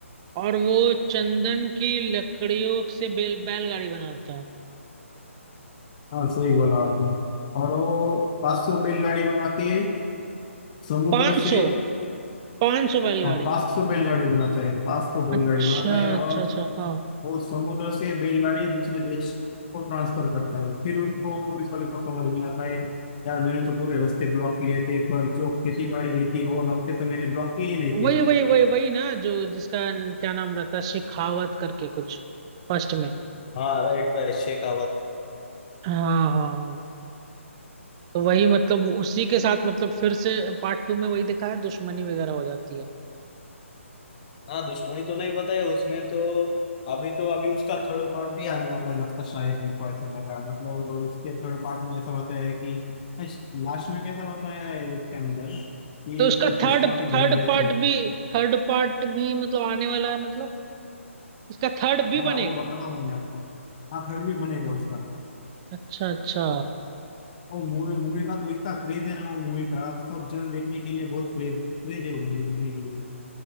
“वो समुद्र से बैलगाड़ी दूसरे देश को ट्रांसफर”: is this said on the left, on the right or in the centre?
Left